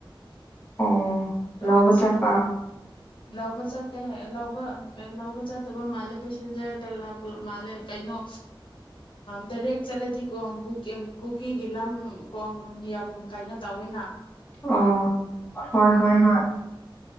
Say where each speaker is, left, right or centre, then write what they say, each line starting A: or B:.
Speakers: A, on the left; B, on the left.
A: ꯑꯣ
B: ꯑ
A: ꯂꯧꯕ
B: ꯁꯝ
A: ꯆꯠꯄ
B: ꯂꯧꯕ ꯆꯠꯇꯦ ꯂꯧꯕ ꯂꯧꯕ ꯆꯠꯇꯕ ꯃꯥꯜꯂꯦ ꯄꯦꯁꯦꯟꯖꯔꯗ ꯄꯨꯞ ꯃꯥꯜꯂꯦ ꯀꯩꯅꯣ ꯗꯥꯏꯔꯦꯛ ꯆꯠꯂꯗꯤ ꯀꯣꯡ ꯀꯨꯀꯤꯒꯤ ꯂꯝ ꯀꯣꯡ ꯌꯥꯝ ꯀꯩꯅꯣ ꯇꯧꯋꯤꯅ
A: ꯑꯥ ꯍꯣꯏ ꯍꯣꯏ ꯍꯣꯏ